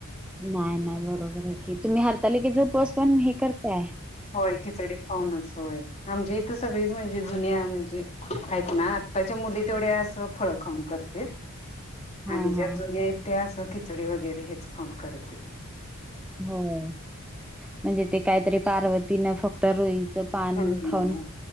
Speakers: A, in the centre; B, on the left (about 30°).
A: नाही नाही बरोबर आहे कि तुम्ही हरतालिकेचा उपवास पण हे करताय
B: होय खिचडी खाऊनच होयआमच्या इथं सगळीच म्हणजे जुन्या म्हणजे आहेत ना आताच्या मुली तेवढ्या असं फळ खाऊन करते.
A: हा
B: आणि ज्या
A: हा
B: जुन्या आहेत त्या असं खिचडी वगैरे हेच खाऊन करतेत.
A: हो म्हणजे ते काहीतरी पार्वतीनं फक्त रोईचं पान
B: हम्म
A: खाऊन